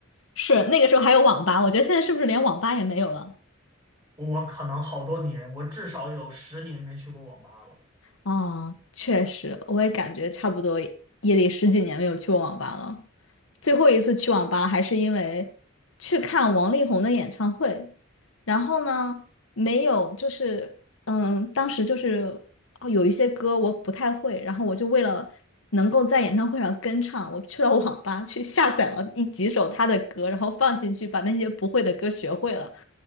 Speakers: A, on the left; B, on the right.
A: 是那个时候还有网吧，我觉得现在是不是连网吧也没有了？
B: <laughs> 我可能好多年，我至少有十年没去过网吧了。
A: 哦，确实，我也感觉差不多也得十几年没有去过网吧了。最后一次去网吧还是因为去看王力宏的演唱会，然后呢，没有就是嗯，当时就是哦有一些歌我不太会，然后我就为了能够在演唱会上跟唱，我去到网吧去下载了一几首他的歌，然后放进去，把那些不会的歌学会了。